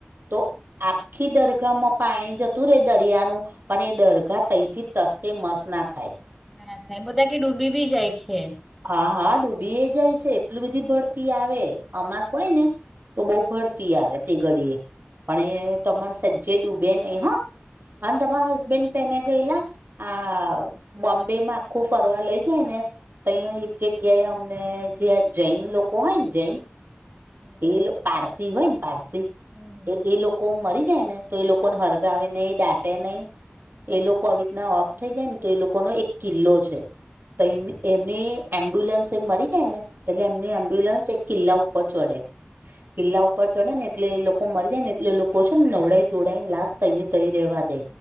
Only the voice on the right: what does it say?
તો આખી દરગાહમાં પાણી જતું રે, દરિયાનું. પણ એ દરગાહ તઈથી તસ કે મસ ના થાય.
હા હા, ડુબીયે જાય છે. એટલું બધી ભરતી આવે, અમાસ ઓય ને. તો બોવ ભરતી આવે તે ગડીએ પણ એ તમારું સજ્જે ડૂબે નઈ, હં. અન, તમાયા હસબન્ડ પેને ગયેલા? આ બોમ્બેમા આખું ફરવા લઈ જાય ને. તઈ એક જગ્યાએ અમને જ્યાં જૈન લોકો હોય ને, જૈન
પીલું પાળસી હોય ને, પાળસી.
એ લોકો મરી જાય ને, તો એ લોકોને હરગાવે નઈ, દાટે નઈ. એ લોકો આવી ઈત ના ઓફ થઈ જાય ને, તો એ લોકોનો એક કિલ્લો છે તઈ એમની એમ્બ્યુલન્સ એ મરી જાય ને, એટલે એમની એમ્બ્યુલન્સ એ કિલ્લા ઉપર ચડે. કિલ્લા ઉપર ચડે ને, એટલે એ લોકો મરી જાય ને, એટલે લોકો છો ને નવડાવી-ધોવડવીને લાસ્ટ થઈને તઈ રવા દે.